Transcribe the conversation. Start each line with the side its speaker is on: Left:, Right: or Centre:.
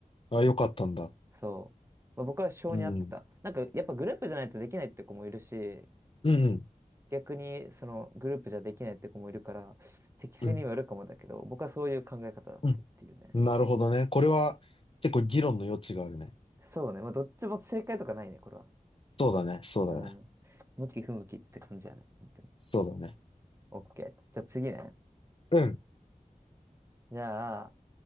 Left: あ、良かったんだ。
Right: そう。まあ、僕は性に合ってた。
Left: うん。
Right: なんか、やっぱグループじゃないとできないって子もいるし、
Left: うんうん。
Right: 逆にそのグループじゃできないって子もいるから、適性にもよるかもだけど、
Left: うん。
Right: 僕はそういう考え方だってっていうね。
Left: うん。なるほどね。これは結構議論の余地があるね。
Right: そうね。まあ、どっちも正解とかないね、これは。
Left: そうだね。そうだね。
Right: うん。向き不向きって感じやね。本当に。
Left: そうだね。
Right: オッケー。じゃあ次ね。
Left: うん。
Right: じゃあ、